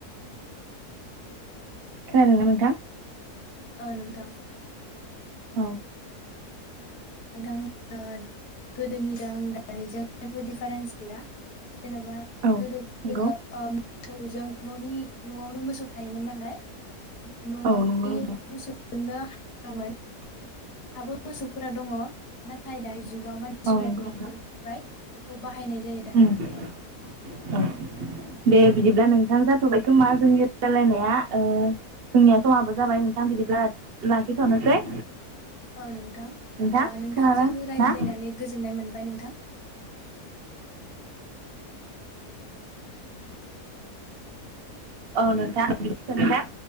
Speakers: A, on the right; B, on the left.
A: खोनादोंना नोंथां
B: औ नोंथां
A: औ
B: नोंथां ओ गोदोनिजों दानिजों जेबो डिफारेन्स गैया जेनेबा
A: औ
B: गोदो
A: नंगौ
B: जोङो ओ थौजों ननि नआवनो मोसौ थायोमोन नालाय नआवनि
A: औ नंगौ नोंथां
B: मोस नुनो हा मोन दाबो मोसौफोरा दङ नाथाय दायो जुग आव मानसिफ्रा
A: औ नंगौ
B: ट्रेक्टरनिफ्राय
A: नोंथां
B: बेखौ बाहायनाय जायो दानिया
A: उम
B: नोंथां
A: <unintelligible> दे बिदिब्ला नोंथां जाथबाय खोमा जोंनि राय्लायनाया ओ जोंनिया समाबो जाबाय नोंथां बिदिब्ला लाखिथनोसै
B: औ नोंथां
A: नोंथां
B: ओ नोंथांजों
A: खोनादों
B: रायज्लायनानै
A: ना
B: गोजोननाय मोनबाय नोंथां <inaudible> <inaudible>
A: औ नोंथां नोंथां